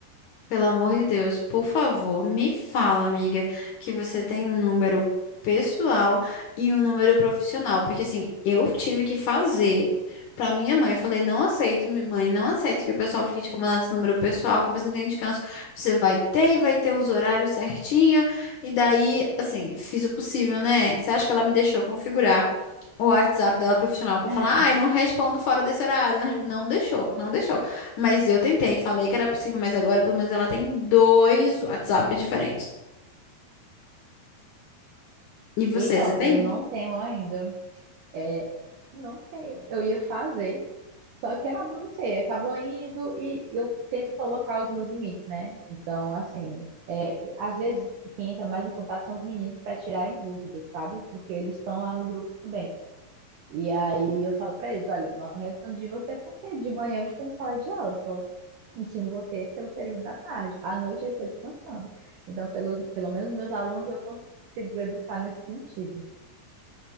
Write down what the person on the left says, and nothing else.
Pelo amor de Deus, por favor, me fala, amiga, que você tem um número pessoal e um número profissional, porque assim, eu tive que fazer pra minha mãe. Eu falei, não aceito, minha mãe, não aceito que o pessoal fique te incomodando esse número pessoal, que você não tem descanso. Você vai ter e vai ter os horários certinho. E daí, assim, fiz o possível, né? Você acha que ela me deixou configurar? O WhatsApp dela profissional pra
falar, ai, não respondo fora desse horário. Não, não deixou, não deixou. Mas eu tentei, falei que era possível, mas agora pelo menos ela tem dois WhatsApp diferentes. E você,
você tem?